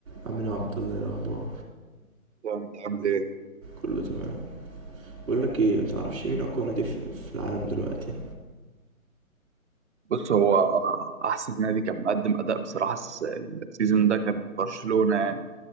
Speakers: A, on the right; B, on the right.
A: عمنا عبد الله إيه الاخبار
B: لا، انت عامل ايه؟
A: كله تمام بقول لك ايه انت عارفش مين اقوى نادي في في العالم دلوقتي
B: بص هو احسن نادي كان مقدم اداء بصراحه الس- السيزون ده كان برشلونه يعني